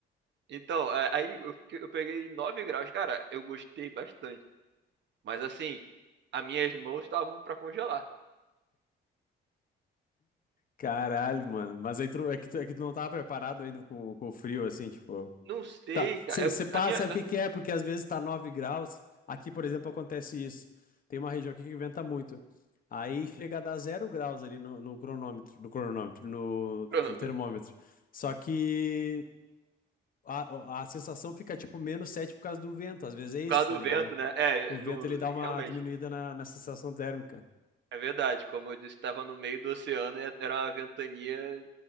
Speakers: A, on the right (about 65°); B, on the left (about 45°).
A: Então, a- aí eu, fiquei- eu peguei 9 graus. Cara, eu gostei bastante. Mas assim, as minhas mãos estavam pra congelar.
B: Caralho, mano. Mas aí tu, é que tu, é que tu não tava preparado ainda com, com o frio, assim, tipo.
A: Não sei,
B: Tá,
A: cara.
B: você
A: É porque
B: passa,
A: a minha,
B: sabe
A: é
B: o que que é? Porque às vezes tá 9 graus. Aqui, por exemplo, acontece isso. Tem uma região aqui que venta muito. Aí chega a dar zero graus ali no, no cronômetro, no cronômetro, no,
A: por
B: no termômetro.
A: por
B: Só que a, a sensação fica tipo menos 7 por causa do vento. Às vezes é isso,
A: causa do
B: tá ligado?
A: vento, né? É,
B: O vento
A: no,
B: ele dá uma
A: realmente.
B: diminuída na, na sensação térmica.
A: É verdade. Como eu disse, estava no meio do oceano e era uma ventania